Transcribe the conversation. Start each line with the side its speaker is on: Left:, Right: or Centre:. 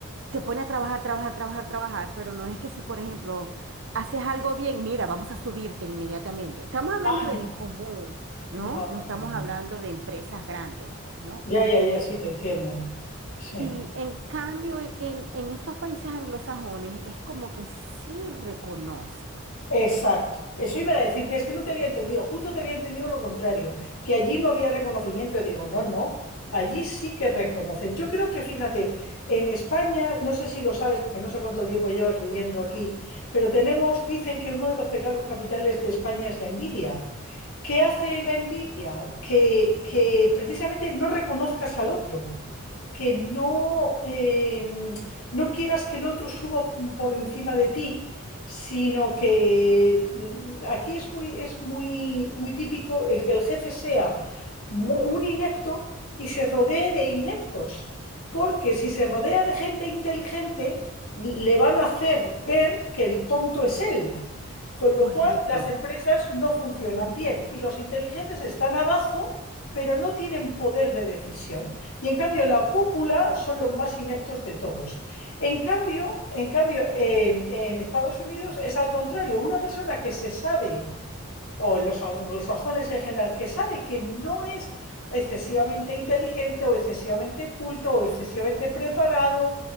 Right: te pone a trabajar, trabajar, trabajar, trabajar, pero no es que si, por ejemplo, haces algo bien, mira, vamos a subirte inmediatamente. Estamos hablando
Left: Ah, no,
Right: del común, ¿no?
Left: no,
Right: No estamos
Left: no, no.
Right: hablando de empresas grandes, pues, ¿no?
Left: Ya, ya, ya, sí, te entiendo. Sí.
Right: Y en cambio, en, en- en estos países anglosajones es como que sí reconocen.
Left: Exacto. Eso iba a decirte, es que no te había entendido, justo te había entendido lo contrario, que allí no había reconocimiento. Y digo, no, no, allí sí que reconocen. Yo creo que, fíjate, en España, no sé si lo sabes, porque no sé cuánto tiempo llevas viviendo aquí, pero tenemos, dicen que uno de los pecados capitales de España es la envidia. ¿Qué hace la envidia? Que, que precisamente no reconozcas al otro que no, eh, no quieras que el otro suba por encima de ti, sino que mm, aquí es muy, es muy, muy típico el que el jefe sea mu- un inepto y se rodee de ineptos, porque si se rodea de gente inteligente, le van a hacer ver que el tonto es él. Con lo
Right: Correcto.
Left: cual, las empresas no funcionan bien y los inteligentes están abajo, pero no tienen poder de decisión. Y en cambio, la cúpula son los más ineptos de todos. En cambio, en, cambio en, en Estados Unidos es al contrario, una persona que se sabe, o en los anglosajones en general, que sabe que no es excesivamente inteligente o excesivamente culto o excesivamente preparado,